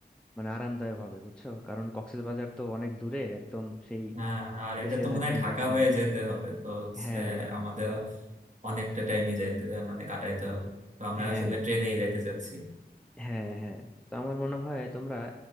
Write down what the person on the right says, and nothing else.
হ্যাঁ আর এটা
তো মনে
হয় ঢাকা
হয়ে যেতে হবে তো হচ্ছে
আমাদের অনেকটা টাইমই যাইতে মানে কাটাইতে হবে তো আমরা
আসলে ট্রেনেই যাইতে চাচ্ছি